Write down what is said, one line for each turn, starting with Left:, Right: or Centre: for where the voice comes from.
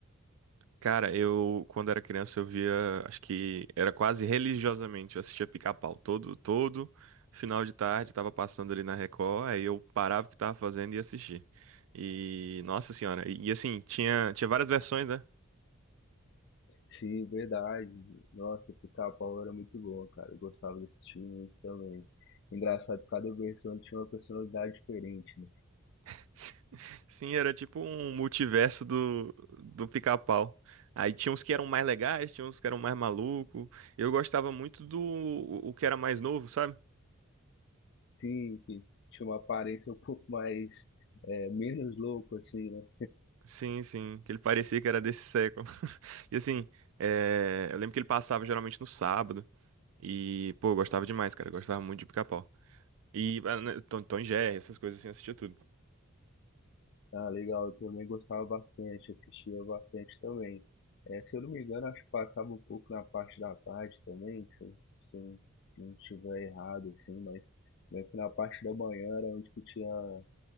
Right: Cara, eu, quando era criança, eu via, acho que era quase religiosamente, eu assistia Pica-Pau todo, todo final de tarde, tava passando ali na Record, aí eu parava o que tava fazendo e assistia. E, nossa senhora, e, e assim, tinha, tinha várias versões, né?
Left: Sim, verdade. Nossa, o Pica-Pau era muito bom, cara. Eu gostava desse time muito também. Engraçado, cada versão tinha uma personalidade diferente, né?
Right: <laughs> Sim, era tipo um multiverso do, do Pica-Pau. Aí tinha uns que eram mais legais, tinha uns que eram mais malucos. Eu gostava muito do o o que era mais novo, sabe?
Left: Sim, que tinha uma aparência um pouco mais, eh, menos louco, assim, né?
Right: Sim, sim, que ele parecia que era desse século. <laughs> E assim, é, eu lembro que ele passava geralmente no sábado. E, pô, eu gostava demais, cara. Eu gostava muito de Pica-Pau. E ah, né, Tom, Tom e Jerry, essas coisas assim, eu assistia tudo.
Left: Ah, legal, eu também gostava bastante, assistia bastante também. Eh, se eu não me engano, acho que passava um pouco na parte da tarde também, se eu, se eu não estiver errado, assim, mas meio que na parte da manhã era onde que tinha a